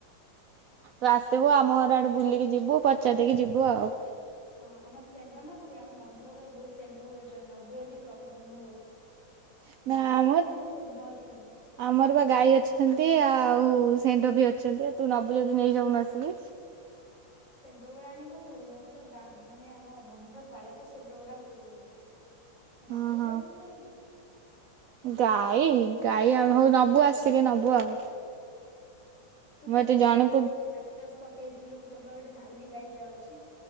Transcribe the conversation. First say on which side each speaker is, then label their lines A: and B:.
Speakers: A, on the right; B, on the left.
A: ତୁ ଆସିବୁ ଆମ ଘର ଆଡେ ବୁଲିକି ଯିବୁ ପଚାରି ଦେଇକି ଯିବୁ ଆଉ।
B: ହଁ ଆମର ସେଣ୍ଢ ନବୁ କି ଆମ ବନ୍ଧ ଉପରେ ବହୁତ ସେଣ୍ଢ ବୁଲୁଛନ୍ତି ନବୁ ଜଦି କହ ଦମୁ ଗୋଟେ।
A: <inaudible>
B: ଗାଈ
A: ଆମ
B: ନାହାନ୍ତି ହେଲେ ସେଣ୍ଢ ଅଛନ୍ତି।
A: ଆମର ବା ଗାଈ ଅଛନ୍ତି ଆ ଆଉ ସେଣ୍ଢ ବି ଅଛନ୍ତି ତୁ ନବୁ ଯଦି ନେଇ ଯାଉନୁ ଆସିକି।
B: ସେଣ୍ଢ ଗୁଡା ଆଣିକି କଣ କରିବି ଆମ ତ ଗା ମାନେ ଆମ ବନ୍ଧ ସାରା ତ ସେଣ୍ଢ ଗୁଡା ବୁଲୁଛନ୍ତି।
A: ହଁ
B: ଗାଈ
A: ହଁ
B: ଦବୁ ଜଦି ଗୁଟେ ଦେ।
A: ଗାଈ ଗାଈ ଆମେ ହଉ ନବୁ ଆସିକି ନବୁ ଆଉ।
B: ତୁ
A: ମୁଁ
B: ବା
A: ଏଠି
B: ମୋବାଇରେ
A: ଜଣଙ୍କୁ
B: ଗୋଟେ ଷ୍ଟାଟସ୍ ପକେଇଥିଲୁ ତମର ଗୋଟେ ନାଲି ଗାଈଟା ଅଛି?